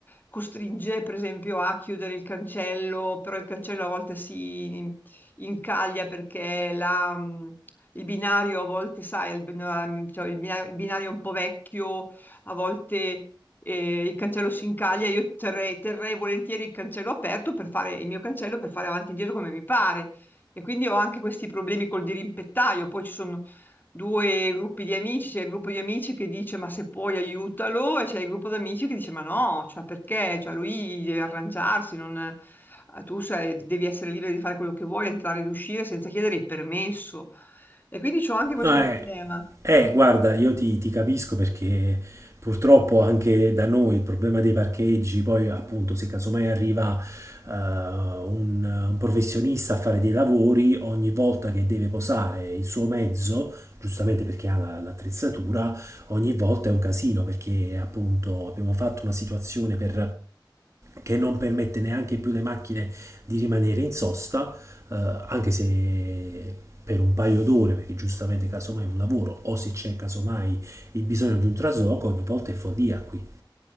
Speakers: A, on the left; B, on the right.
A: costringe, per esempio, a chiudere il cancello, però il cancello a volte si incaglia perché la... mm, Il binario a volte, sai, il bina- cioè il bina- il binario è un po' vecchio, a volte e il cancello si incaglia, io terrei, terrei volentieri il cancello aperto per fare il mio cancello per fare avanti e indietro come mi pare. E quindi ho anche questi problemi col dirimpettaio. Poi ci sono due gruppi di amici, c'è il gruppo di amici che dice ma se puoi aiutalo e c'è il gruppo di amici che dice ma no, cioè perché? Cioè lui deve arrangiarsi, non... eh, tu sei- devi essere libero di fare quello che vuoi, entrare ed uscire senza chiedere il permesso. E quindi ho anche questo
B: Ah,
A: problema.
B: eh, eh, guarda, io ti, ti capisco perché purtroppo anche da noi il problema dei parcheggi, poi appunto se casomai arriva eh, un, un professionista a fare dei lavori, ogni volta che deve posare il suo mezzo, giustamente perché ha la- l'attrezzatura, ogni volta è un casino perché appunto abbiamo fatto una situazione per che non permette neanche più alle macchine di rimanere in sosta, eh, anche se per un paio d'ore, perché giustamente casomai è un lavoro, o se c'è casomai il bisogno di un trasloco, ogni volta è follia qui.